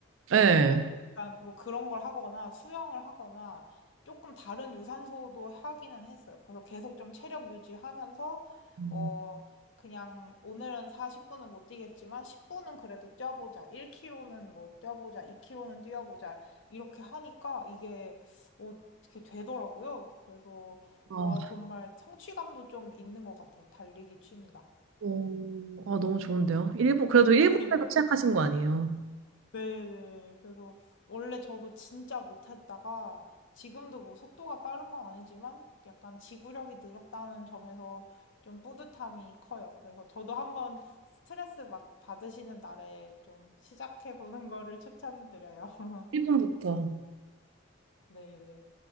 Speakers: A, on the right (about 70°); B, on the left (about 60°).
A: 네.
B: 약간 뭐 그런 걸 하거나 수영을 하거나 조금 다른 유산소도 하기는 했어요. 그래서 계속 좀 체력 유지하면서
A: 음.
B: 어 그냥 오늘은 40분은 못 뛰겠지만 10분은 그래도 뛰어보자. 1km는 뭐 뛰어보자. 2km는 뛰어보자. 이렇게 하니까 이게 어 이렇게 되더라고요. 그래서
A: 아,
B: 와 정말 성취감도 좀 있는 것 같아요. 달리기 취미가.
A: 오, 아, 너무 좋은데요. 일본, 그래도 일본에서
B: <laughs> 네.
A: 시작하신 거 아니에요?
B: 네네. 그래서 원래 저도 진짜 못했다가 지금도 뭐 속도가 빠른 건 아니지만 약간 지구력이 늘었다는 점에서 좀 뿌듯함이 커요. 그래서 저도 한번 스트레스 막 받으시는 날에 좀 시작해 보는 거를 추천드려요. <laughs>
A: 일본부터.
B: 네네.